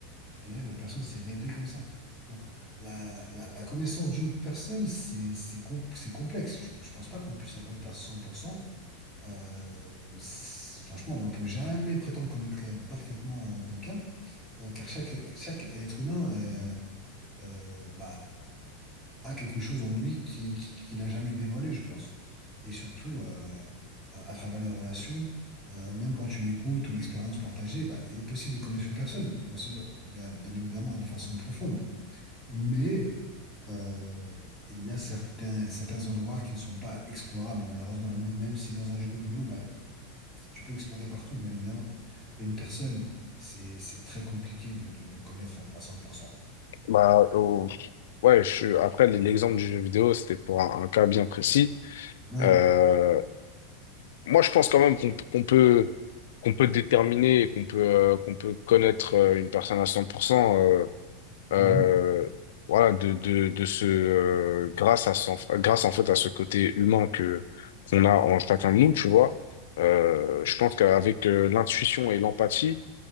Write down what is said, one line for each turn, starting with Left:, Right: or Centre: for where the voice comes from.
Centre: C'est-à-dire que la personne s'est révélée comme ça. Donc la, la- la connaissance d'une personne, c'est c'est com- c'est complexe. Je ne pense pas qu'on puisse la connaître à 100%. Euh, c'est- franchement, on ne peut jamais prétendre connaître que- parfaitement euh, quelqu'un, euh, car chaque, chaque être humain euh, euh, bah, a quelque chose en lui qui, qui, qui n'a jamais dévoilé, je pense. Et surtout, euh, à à travers les relations, euh, même quand tu l'écoutes ou l'expérience partagée, bah, il est possible de connaître une personne, bien sûr, bien, bien évidemment, de façon profonde. Mais euh, il y a certains, certains endroits qui ne sont pas explorables, malheureusement, même, même si dans un jeu vidéo, bah, tu peux explorer partout, bien évidemment. Mais une personne, c'est, c'est très compliqué de, de, de connaître à, à cent pour cent.
Left: Bah, euh, ouais, je, après, l'exemple du jeu vidéo, c'était pour un, un cas bien précis.
Centre: Ouais.
Left: Euh, moi, je pense quand même qu'on qu'on peut, qu'on peut déterminer, et qu'on peut, euh, qu'on peut connaître euh, une personne à cent pour cent euh, euh,
Centre: Mhm.
Left: voilà de de de ce euh, grâce à son- grâce en fait à ce côté humain que qu'on a en chacun de nous tu vois euh, je pense qu'avec euh, l'intuition et l'empathie